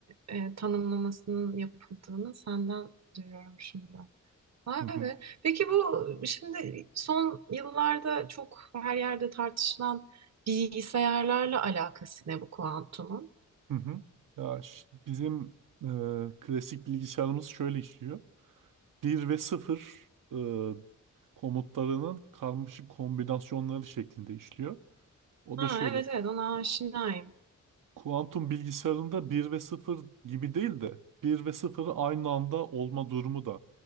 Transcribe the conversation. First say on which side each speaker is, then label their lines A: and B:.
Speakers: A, on the right; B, on the right.
A: e, e, tanımlamasının yapıldığını senden duyuyorum şimdi. Vay
B: Hı hı.
A: be. Peki bu şimdi son yıllarda çok her yerde tartışılan bilgisayarlarla alakası ne bu kuantumun?
B: Hı hı. Ya ş- bizim e, klasik bilgisayarımız şöyle işliyor. bir ve sıfır e, komutlarının karmaşık kombinasyonları şeklinde işliyor. O
A: Ha,
B: da şöyle.
A: evet evet ona aşinayım.
B: Kuantum bilgisayarında bir ve sıfır gibi değil de bir ve sıfırı aynı anda olma durumu da